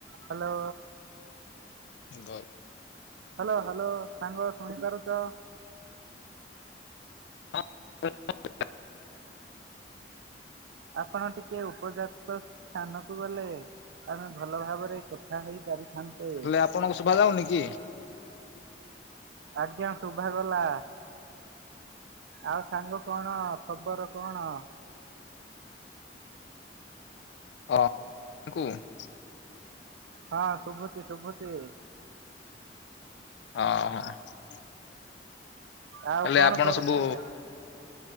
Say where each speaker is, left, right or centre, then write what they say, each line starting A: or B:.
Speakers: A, on the right; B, on the left.
A: Hello.
B: ଗର୍। <inaudible>
A: Hello hello ସାଙ୍ଗ ଶୁଣିପାରୁଛ।
B: <inaudible>
A: ଆପଣ ଟିକେ ଉପଯାକ୍ତ ସ୍ଥାନ କୁ ଗଲେ। ଆମେ ଭଲ ଭାବରେ କଥା ହେଇ ପାରିଥାନ୍ତେ।
B: ହେଲେ ଆପଣଙ୍କୁ ଶୁଭା ଯାଉନି କି
A: ଆଜ୍ଞା ଶୁଭାଗଲା। ଆଉ ସାଙ୍ଗ କଣ ଖବର କଣ?
B: <unintelligible>
A: ହଁ ଶୁଭୁଚି ଶୁଭୁଚି।
B: ହଁ।
A: ଆଉ
B: ହେଲେ
A: କଣ
B: ଆପଣ
A: କରୁଥିଲେ?
B: ସବୁ